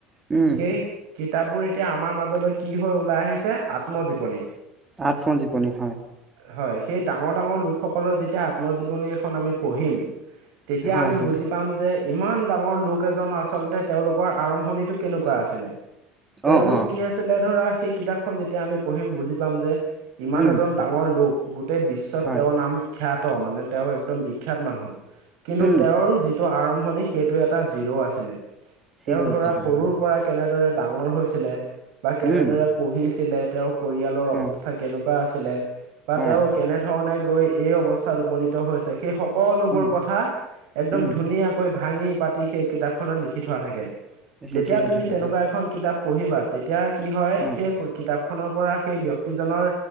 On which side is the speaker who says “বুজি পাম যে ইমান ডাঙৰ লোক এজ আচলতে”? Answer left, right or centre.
Right